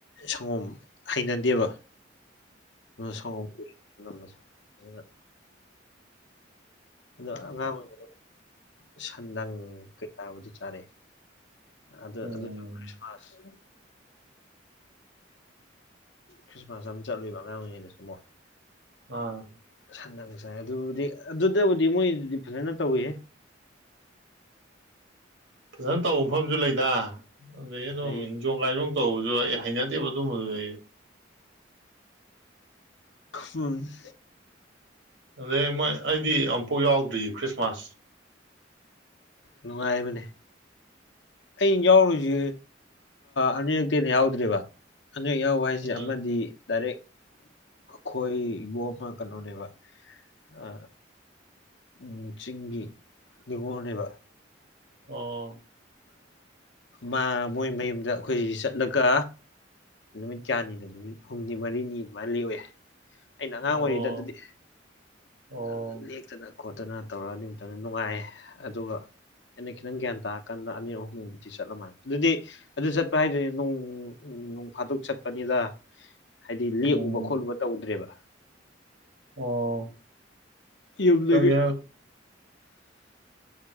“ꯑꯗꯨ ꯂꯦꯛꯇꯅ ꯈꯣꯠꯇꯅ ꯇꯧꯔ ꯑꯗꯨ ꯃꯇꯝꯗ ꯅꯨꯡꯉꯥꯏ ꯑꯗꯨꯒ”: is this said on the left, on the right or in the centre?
Left